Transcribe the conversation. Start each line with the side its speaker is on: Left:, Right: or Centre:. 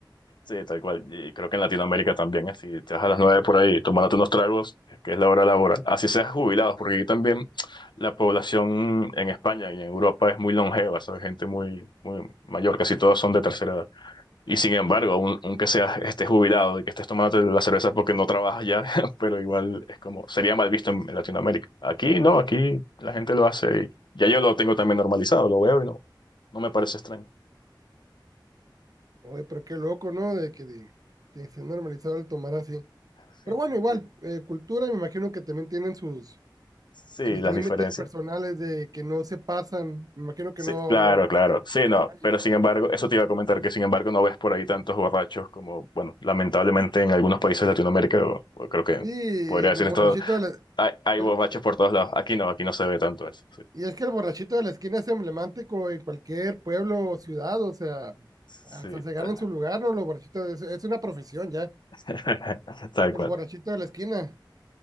Left: Sí, tal cual. Y creo que en Latinoamérica también, así, te vas a las nueve por ahí, tomándote unos tragos, que es la hora laboral. Así seas jubilados, porque aquí también la población en España y en Europa es muy longeva, ¿sabes? Gente muy, muy mayor, casi todos son de tercera edad. Y sin embargo, aun- aunque seas estés jubilado y que estés tomando la cerveza porque no trabajas ya, <laughs> pero igual es como, sería mal visto en, en Latinoamérica. Aquí no, aquí la gente lo hace y ya yo lo tengo también normalizado, lo veo y no, no me parece extraño.
Right: Oye, pero qué loco, ¿no? De que de, de se ha normalizado el tomar así.
Left: <laughs>
Right: Pero bueno, igual, eh, cultura, me imagino que también tienen sus,
Left: Sí,
Right: sus
Left: las
Right: límites
Left: diferencias.
Right: personales de que no se pasan. Me imagino que
Left: Sí,
Right: no,
Left: claro,
Right: no. no
Left: claro.
Right: hay tanta
Left: Sí, no,
Right: calle.
Left: pero sin embargo, eso te iba a comentar, que sin embargo no ves por ahí tantos borrachos como, bueno, lamentablemente en algunos países de Latinoamérica, o- o creo que
Right: Sí,
Left: podría decir
Right: el borrachito
Left: esto,
Right: de la-
Left: hay, hay
Right: el-
Left: borrachos por todos lados. Aquí no, aquí no se ve tanto eso.
Right: Y es que el borrachito de la esquina es emblemático en cualquier pueblo o ciudad, o sea,
Left: Sí,
Right: hasta se ganan
Left: sí,
Right: su lugar, ¿no? Los borrachitos, es, es una profesión ya,
Left: <laughs> Tal
Right: el
Left: cual,
Right: borrachito de la esquina.